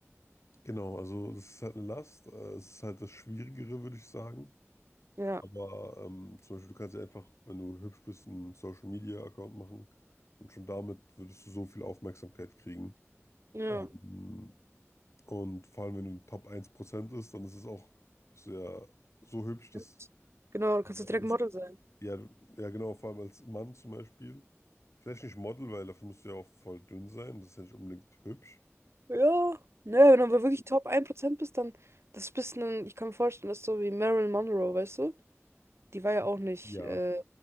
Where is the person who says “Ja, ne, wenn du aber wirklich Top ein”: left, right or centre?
Right